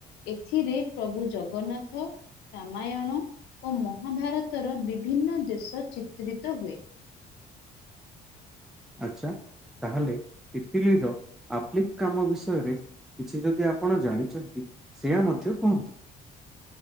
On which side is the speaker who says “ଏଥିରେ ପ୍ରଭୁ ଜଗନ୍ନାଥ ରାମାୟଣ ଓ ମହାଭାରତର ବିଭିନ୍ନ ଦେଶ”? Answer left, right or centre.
Left